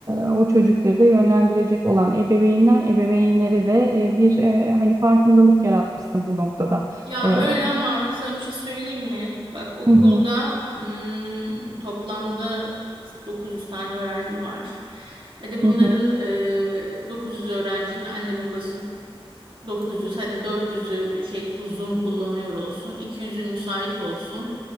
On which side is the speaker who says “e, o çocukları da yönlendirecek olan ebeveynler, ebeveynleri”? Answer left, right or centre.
Right